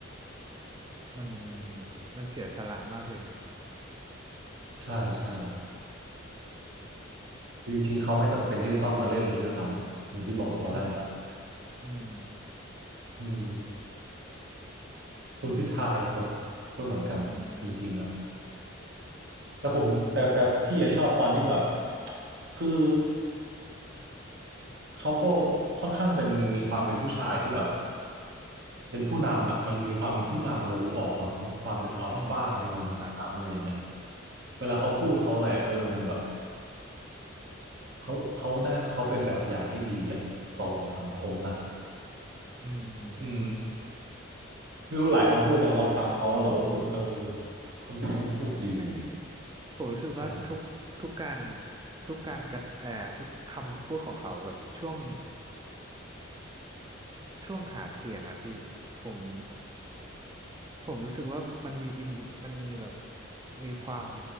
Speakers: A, on the right; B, on the right.
A: มันมันเสียสละมากเลยนะ
B: ใช่ใช่คือจริงๆเขาไม่จำเป็นที่จะต้องมาเล่นเลยด้วยซ้ำอย่างที่บอกตอนแรกอ่ะ
A: ใช่อืม
B: อืม คุณพิธายคน
A: คือ
B: ก็เหมือนกันจริงๆอะ
A: อืม
B: แต่ผมแต่แต่พี่อะชอบตอนที่แบบคือเขาก็ค่อนข้างเป็นมีความเป็นผู้ชายที่แบบเป็นผู้นำอะมันมีความเป็นผู้นำเราดูออกเนาะมีความเป็นอัลฟามีความเป็นผู้นำอะไรอย่างเงี้ย
A: อืมครับ
B: เวลาเขาพูดเขาอะไรเออมันแบบเขาเขาน่าเขาเป็นแบบอย่างที่ดีอะต่อสังคมนะ
A: อืม
B: อืมไม่รู้หลายคำพูดเราเราฟังเขาแล้วเรารู้สึกเออคนนี้แม่งพูดดี
A: ใช่ไหมผมรู้สึกว่าทุกทุกการ
B: ใช่
A: ทุกการกระเอ่อทุกคำพูดของเขาแบบช่วง ช่วงหาเสียงอะพี่ผมผมรู้สึกว่ามันมีมมันมีแบบมีความ